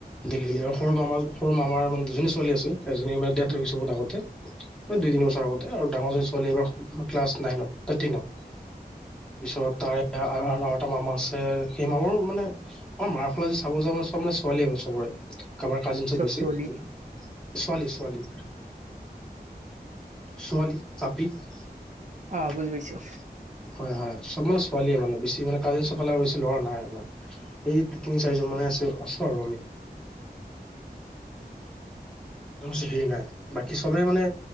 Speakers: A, in the centre; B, on the right.
A: দিল্লী আৰু সৰু মামা সৰু মামাৰ মানে দুজনী ছোৱালী আছিল। এজনী মানে ডেত
B: উম
A: হৈ আগতে দুই তিন বছৰ আগতে আৰু ডাঙৰ জনী ছোৱালী এইবাৰ ক্লাছ নাইনত টেনত পিছত তাৰে আৰু এটা মামা আছে সেই মামাৰ মানে আাৰ মাৰ ফালে যে চাব যা মানে চব মানে ছোৱালী মানে চবৰে কাৰোবাৰ কাজিনছত
B: চব
A: বেছি
B: চলি
A: <unintelligible> ছোৱালী ছোৱালী। ছোৱালী আপি <unintelligible>
B: অ বুজি পাইছো
A: হয় হয়। চব মানে ছোৱালীয়ে মানে বেছি মানে কাজিন চোফালে আৰু বেছি লৰা নাই আমাৰ সেই তিনি চাৰিজন মানে আছে আছ আৰু আমিছ হে নাই বাকী চবেই মানেে